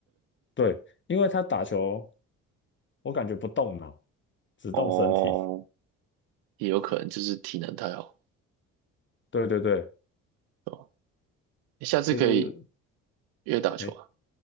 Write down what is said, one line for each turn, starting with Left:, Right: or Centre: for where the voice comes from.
Left: 对，因为他打球我感觉不动脑，只动身体。
Right: 哦，也有可能就是体能太好，
Left: 对对对，
Right: 哦，你下次可以
Left: 就是
Right: 约打球啊。
Left: 哎，